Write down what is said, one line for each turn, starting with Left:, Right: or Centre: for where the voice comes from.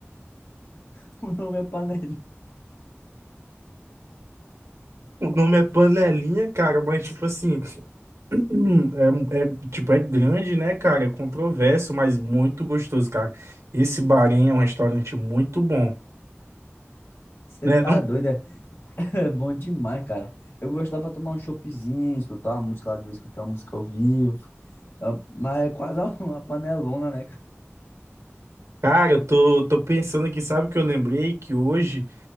Left: <laughs> O nome é panela.
Right: O nome é Panelinha, cara, mas tipo assim, <clears throat> é, é- tipo, é grande, né, cara? É controverso, mas muito gostoso, cara. Esse Bahrein é um restaurante muito bom.
Left: Você
Right: Né?
Left: tá
Right: Não,
Left: doido, é? <laughs> É bom demais, cara. Eu gosto lá pra tomar um choppzinho, escutar uma música lá de vez, escutar uma música ao vivo. Ah, Mas é quase <laughs> uma uma panelona, né? cara?
Right: cara, eu tô, tô pensando aqui, sabe o que eu lembrei? Que hoje